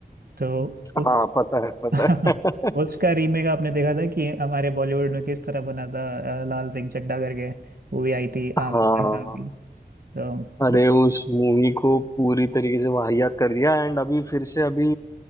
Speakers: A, on the right; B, on the left.
A: तो उस
B: हाँ पता है पता
A: <laughs>
B: है <laughs>
A: उसका रीमेक आपने देखा था कि हमारे बॉलीवुड में किस तरह बना था अ, लाल सिंह चड्ढा करके वो भी आई थी आमिर
B: हाँ
A: खान साहब की तो
B: अरे उस मूवी को पूरी तरीके से वाहियात कर दिया एंड अभी फिर से अभी